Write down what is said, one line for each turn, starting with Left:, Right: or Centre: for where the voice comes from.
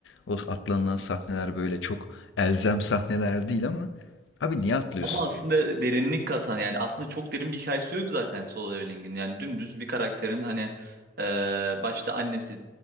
Left: o atlanılan sahneler böyle çok elzem sahneler değil ama abi niye atlıyorsun?
Right: Ama aslında derinlik katan yani aslında çok derin bir hikayesi yok zaten Solo Leveling'in. Yani dümdüz bir karakterin hani eee, başta annesi